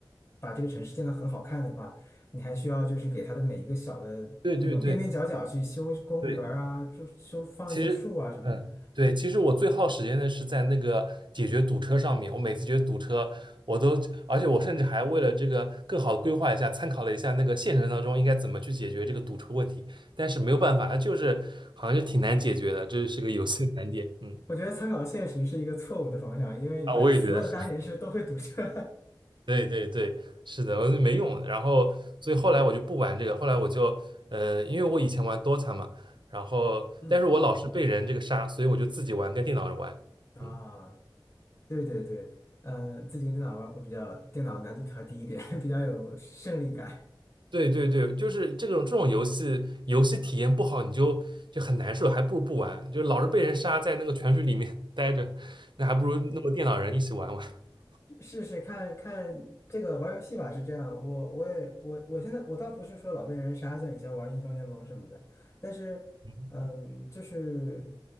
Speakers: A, on the left (about 30°); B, on the right (about 65°).
A: 把这个城市建得很好看的话，你还需要就是给它的每一个小的那种边边角角去修公园儿啊，
B: 对对对对，
A: 就修放一些树啊什么的。
B: 其实，嗯，对，其实我最耗时间的是在那个解决堵车上面。我每次觉得堵车，我都，而且我甚至还为了这个更好的规划一下，参考了一下那个现实当中应该怎么去解决这个堵车问题。但是没有办法，就是好像是挺难解决的，这是个游戏的难点。嗯，
A: 我觉得参考现实是一个错误的方向，因为你看所有的大城市都会堵车。
B: 啊，我也觉得是。对对对，是的，我就没用。然后，所以后来我就不玩这个。后来我就，嗯、因为我以前玩 DOTA 嘛，然后，
A: <laughs> 嗯
B: 但是我老是被人这个杀，所以我就自己玩，跟电脑人玩。
A: 啊。
B: 嗯，
A: 对对对，呃，自己跟电脑玩会比较，电脑的难度调低一点，<laughs> 比较有胜利感。
B: 对对对，就是这种这种游戏，游戏体验不好，你就就很难受，还不如不玩。就老是被人杀，在那个泉水里面 <laughs> 待着，那还不如弄个电脑人一起玩玩。<laughs>
A: <laughs> 试试看看这个玩游戏吧，是这样。我我也我我现在我倒不是说老被人杀，像以前玩英雄联盟什么的，但是嗯，
B: 嗯
A: 就是